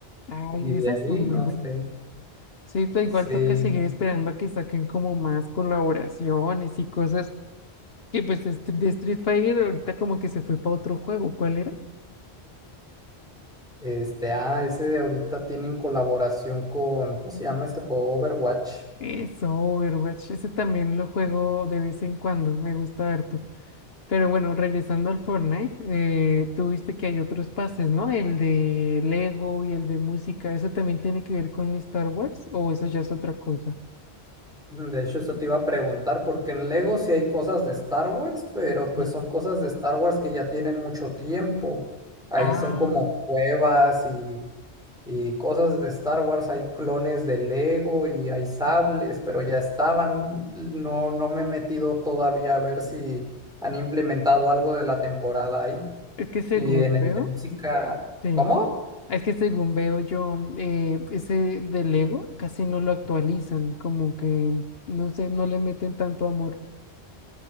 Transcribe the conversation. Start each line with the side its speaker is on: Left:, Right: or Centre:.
Left: Ay,
Centre: Y
Left: esas
Centre: de ahí,
Left: son muy
Centre: no
Left: buenas.
Centre: sé.
Left: Sí, pero igual
Centre: Sí.
Left: toca seguir esperando a que saquen como más colaboraciones y cosas Que pues este- de Street Fighter ahorita como que se fue para otro juego. ¿Cuál era?
Centre: Este, ah, ese de ahorita tienen colaboración con, ¿cómo se llama este juego? Overwatch.
Left: Eso, Overwatch. Ese también lo juego de vez en cuando. Me gusta harto. Pero bueno, regresando al Fortnite, eh, tú viste que hay otros pases, ¿no? El de Lego y el de música. ¿Eso también tiene que ver con Star Wars? ¿O eso ya es otra cosa?
Centre: Mm, De hecho, eso te iba a preguntar, porque en Lego sí hay cosas de Star Wars, pero pues
Left: Sí.
Centre: son cosas de Star Wars que ya tienen mucho tiempo. Ahí
Left: Ah,
Centre: son como cuevas y y cosas de Star Wars, hay clones de Lego y hay sables, pero ya estaban. No, no me he metido todavía a ver si han implementado algo de la temporada ahí.
Left: es que según
Centre: Y en el
Left: veo,
Centre: de música,
Left: sí.
Centre: ¿cómo?
Left: Es que según veo yo, eh, ese del Lego casi no lo actualizan, como que no sé, no le meten tanto amor.